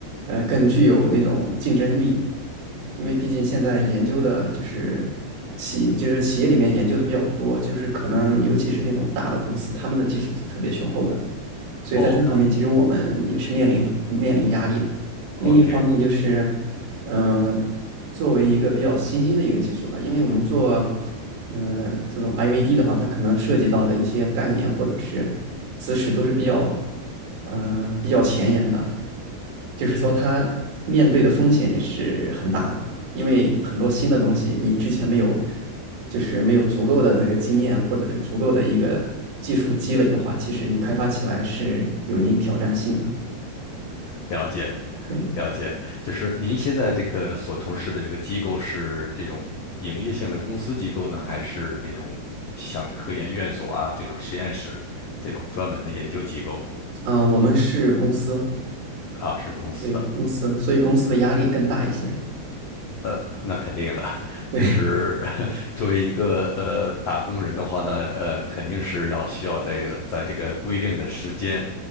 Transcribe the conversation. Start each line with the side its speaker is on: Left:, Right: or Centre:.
Right: 呃更具有那种竞争力，因为毕竟现在研究的就是企就是企业里面研究的比较多，就是可能尤其是那种大的公司，他们的技术是特别雄厚的。所以在这方面，
Left: 哦，那
Right: 其实我们也是面临面临压力的。
Left: OK，
Right: 另一方面就是，嗯、作为一个比较新兴的一个技术吧，因为我们做，嗯、这种 IVD 的话，它可能涉及到的一些概念或者是知识都是比较，呃，比较前沿的。就是说它面对的风险也是很大的，因为很多新的东西你之前没有，就是没有足够的这个经验或者是足够的一个技术积累的话，其实你开发起来是有一定挑战性的。
Left: 了解，
Right: 对，
Left: 了解。就是您现在这个所从事的这个机构是这种营业性的公司机构呢，还是那种像科研院所啊这种实验室这种专门的研究机构
Right: 嗯，呃我们是公司，
Left: 啊？是公司的。
Right: 对公司，所以公司的压力更大一些。
Left: 呃，那肯定的，<laughs>
Right: 对
Left: 就是 <laughs> 作为一个呃打工人的话呢，呃，肯定是要需要在在这个规定的时间，